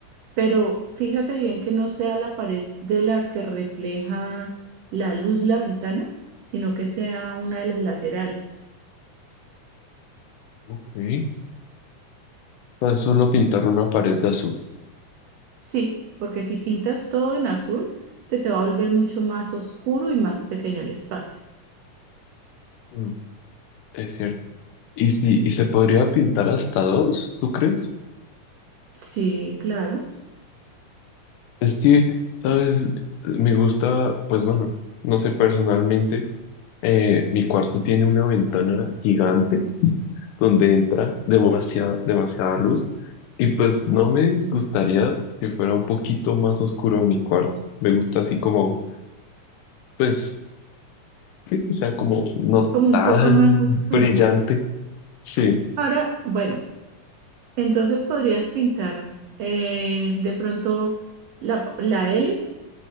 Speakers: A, on the right (about 85°); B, on the left (about 80°).
A: Pero fíjate bien que no sea la pared de la que refleja la luz la ventana, sino que sea una de las laterales.
B: Ok, no es solo pintar una pared de azul.
A: Sí, porque si pintas todo en azul, se te va a volver mucho más oscuro y más pequeño el espacio.
B: Mm, es cierto. ¿Y, si, y se podría pintar hasta dos, tú crees?
A: Sí, claro,
B: Es que, ¿sabes? Me gusta, pues bueno, no sé personalmente. Eh, mi cuarto tiene una ventana gigante donde entra demasiada, demasiada luz y pues no me disgustaría que fuera un poquito más oscuro mi cuarto. Me gusta así como, pues, sí, que sea como no
A: como
B: tan
A: un poco más oscuro.
B: brillante. Sí,
A: Ahora, bueno. Entonces podrías pintar eh, de pronto la, la L,